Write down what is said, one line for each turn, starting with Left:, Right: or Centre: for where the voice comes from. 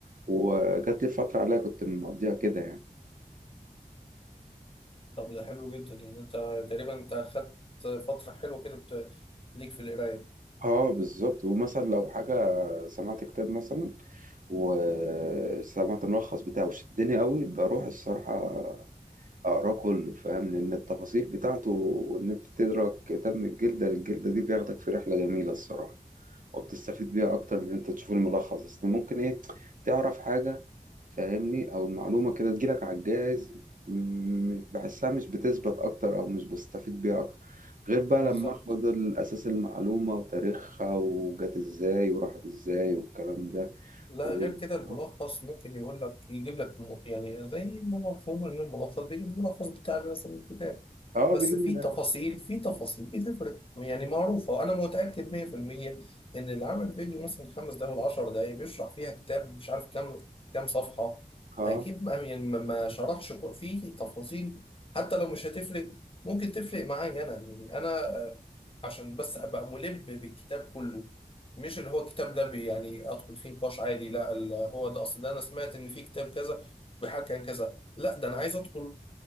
Right: وجات لي فترة عليها كنت مقضيها كده يعني
Left: طب ده حلو جدا يعني انت تقريبا انت خدت فترة حلوة كده بت... ليك في القراية
Right: اه بالظبط ومثلا لو حاجة سمعت كتاب مثلا وسمعت الملخص بتاعه وشدني قوي بروح الصراحة أقراه كله فاهم لأن التفاصيل بتاعته وإن أنت تدرك كتاب من الجلدة للجلدة دي بياخدك في رحلة جميلة الصراحة وبتستفيد بيها اكتر من إن انت تشوف الملخص بس ممكن ايه تعرف حاجة فاهمني او المعلومة كده تجيلك على الجاهز م- بحسها مش بتثبت اكتر او مش بستفيد بيها اكتر غير بقى
Left: بالظبط
Right: لما اخد الاساس المعلومة وتاريخها وجت ازاي وراحت ازاي والكلام ده
Left: لا
Right: و...
Left: غير كده الملخص
Right: اه
Left: ممكن يقول لك يجيب لك م... يعني زي ما مفهوم ان الملخص بيجيب الملخص بتاع مثلا الكتاب
Right: آه،
Left: بس
Right: بيجيب
Left: في
Right: من الاخر
Left: تفاصيل في تفاصيل بتفرق يعني معروفة أنا متأكد 100% إن اللي عمل فيديو مثلا خمس دقايق ولا 10 دقايق بيشرح فيها كتاب مش عارف كام كام صفحة
Right: اه
Left: أكيد ما يعني ما ما شرحش كل- في تفاصيل حتى لو مش هتفرق ممكن تفرق معايا أنا يعني أنا آه، عشان بس أبقى ملم بالكتاب كله مش اللي هو الكتاب ده بي- يعني أدخل فيه نقاش عادي لا ال- هو ده أصل ده أنا سمعت إن في كتاب كذا بيحكي عن كذا لا ده أنا عايز أدخل